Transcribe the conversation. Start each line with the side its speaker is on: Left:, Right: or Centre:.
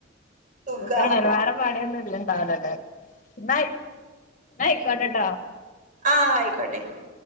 Right: സുഖാ
Left: സുഗാണല്ലോ, വേറെ പണിയൊന്നുല്ല ടാടടാ ന്നായി ന്നായിക്കടാട
Right: ആഹ്‌ ഐക്കോട്ടെ ഐക്കോട്ടെ